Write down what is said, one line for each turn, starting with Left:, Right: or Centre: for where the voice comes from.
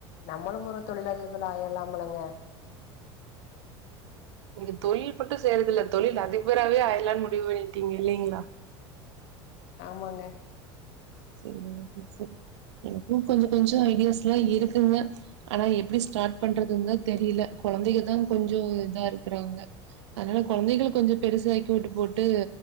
Left: நம்மளும் ஒரு தொழிலதிபர் ஆயிரலாம் போலைங்க
Right: நீங்க தொழில் மட்டு செய்றதில்ல தொழில் அதிபராவே ஆயிர்லான் முடிவு பண்ணட்டீங்க இல்லிங்ளா
Left: ஆமாங்க
Right: செரிங்க செரிங் எனக்கு கொஞ்சோ கொஞ்சோ ஐடியாஸ்லா இருக்குங்க ஆனா எப்டி ஸ்டார்ட் பண்றதுன்தா தெரில கொழந்தைக தா கொஞ்சோ இதாருக்றாங்க அதனால கொழந்தைகள கொஞ்சொ பெருசாக்கி வுட்டுபொட்டு